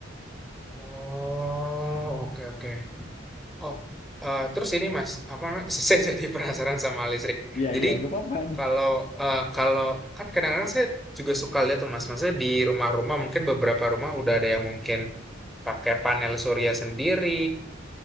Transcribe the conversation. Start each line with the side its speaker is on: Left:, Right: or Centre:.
Centre: Oh,
Left: Nah,
Centre: oke oke. Oh, eh, terus ini Mas, apa namanya? <laughs> Saya jadi penasaran sama listrik.
Left: iya
Centre: Jadi
Left: iya gak apa-apa.
Centre: kalau eh, kalau kan kadang-kadang saya juga suka lihat tuh Mas, maksudnya di rumah-rumah mungkin beberapa rumah udah ada yang mungkin pakai panel surya sendiri.